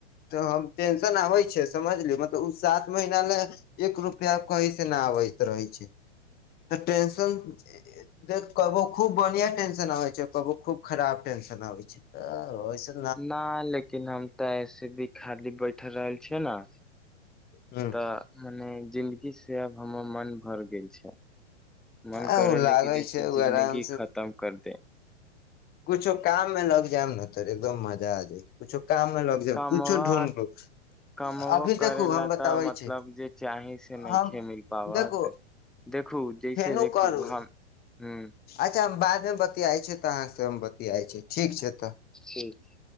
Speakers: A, on the left; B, in the centre.
A: त हम टेंशन आबै छै समझलू मतलब उ सात महीना ले एक रुपया कही से नऽ आबैत रहै छै तऽ टेंशन देख कबो खूब बढ़िया टेंशन आबे छै कबो खूब खराब टेंशन आबे छै तऽ ऐसन
B: ना लेकिन हम तऽ ऐसे भी खाली बैठ रहल छियै नऽ
A: हुँ
B: तऽ मने जिन्दगी से आब हमर मन भर गेल छै मन
A: आ
B: करेले
A: ओ लागै
B: की जैसे
A: छै ओ
B: जिन्दगी
A: आराम से
B: खतम कर दे
A: कुछो काम मे लग जैम नऽ तऽ एकदम मजा आ जाइ कुछो काम मे लग
B: तऽ
A: जैन
B: कामवा
A: कुछो ढूँढ लू
B: कमबो
A: अभी
B: करै
A: देखू हम
B: लए
A: बताबै
B: तऽ मतलब
A: छी
B: जे चाही से नहि
A: हम
B: खे मिल पाबत।
A: देखू
B: देखू जैसे
A: फेनो
B: देखू
A: करू
B: हम ह
A: अच्छा हम बादमे बतियाइत छी तऽ अहाँसँ हम बतियाइत छी ठीक छै तऽ।
B: ठीक।